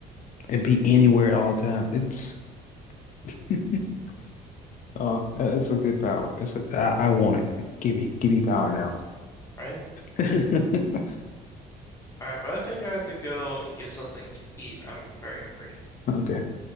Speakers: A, on the left (about 50°); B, on the left (about 15°).
A: and be anywhere at all time. It's <laughs> Oh, that- that's a good power. It's a, I, I want it. Give me, give me power now.
B: right?
A: <laughs>
B: All right, but I think I have to go and get something to eat. I'm very hungry.
A: Okay.